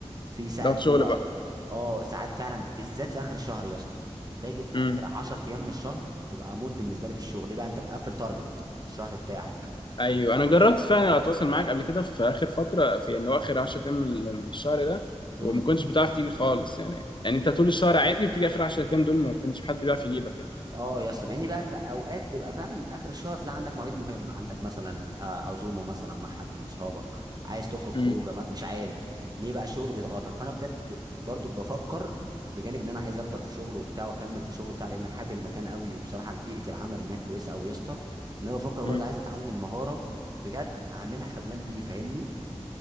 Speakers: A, on the right (about 35°); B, on the left (about 45°).
A: في
B: <laughs>
A: ساعه
B: ضغط شغل
A: كوره
B: بقى
A: اه ساعات فعلا بالذات في اخر الشهر يا اسطى باجي
B: امم
A: اخر 10 ايام من الشهر ببقى اموت بالنسبه لي في الشغل ليه بقى انت بتقفل تارجت الشهر بتاعك
B: ايوه انا جربت
A: و...
B: فعلا اتواصل معاك قبل كده في اخر فتره في ان هو اخر 10 ايام من من الشهر ده
A: امم
B: وما كنتش بتعرف تيجي خالص يعني يعني انت طول الشهر عادي وبتيجي اخر 10 ايام دول ما كنتش حد بيعرف يجيبك يعني
A: اه يا اسطى مع اني بقى في اوقات بيبقى فعلا اخر الشهر تلاقي عندك مواعيد مهمه عندك مثلا آه، عزومه مثلا مع حد من صحابك عايز تخرج خروجه
B: امم
A: ما- مش عارف ليه بقى الشغل بيضغطك فانا بجد برضو بفكر بجانب ان انا عايز اكبر في شغل وبتاع واكمل في شغل بتاع لان حابب المكان قوي وبصراحه بيئه العمل هناك كويسه قوي يا اسطى ان انا بفكر برضو
B: امم
A: عايز اتعلم مهاره بجد اعملها كبلان بي فاهمني